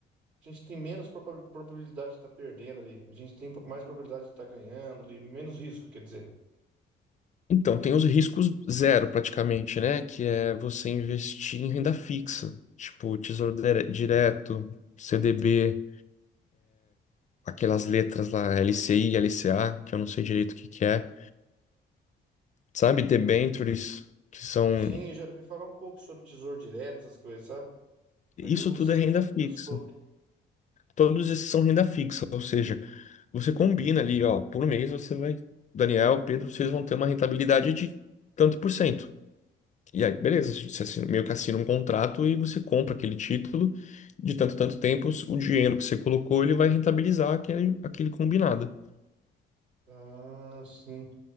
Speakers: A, on the right; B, on the left.
A: A gente tem menos proba- probabilidade de estar perdendo ali. A gente tem mais probabilidade de estar ganhando ali, menos risco, quer dizer.
B: Então, tem os riscos zero, praticamente, né? Que é você investir em renda fixa, tipo Tesouro Dire- Direto, CDB, aquelas letras lá, LCI, LCA, que eu não sei direito o que que é. Sabe? Debentures, que são.
A: Sim, eu já vi falar um pouco sobre tesouro direto, essas coisas, sabe?
B: Isso
A: Mas eu não
B: tudo
A: sei
B: é renda
A: muito
B: fixa.
A: sobre.
B: Todos esses são renda fixa, ou seja, você combina ali, ó, por mês você vai. Daniel, Pedro, vocês vão ter uma rentabilidade de tanto por cento. E aí, beleza, você assina- meio que assina um contrato e você compra aquele título. De tanto, tanto tempo, o dinheiro que você colocou, ele vai rentabilizar aquele, aquele combinado.
A: Ah, sim.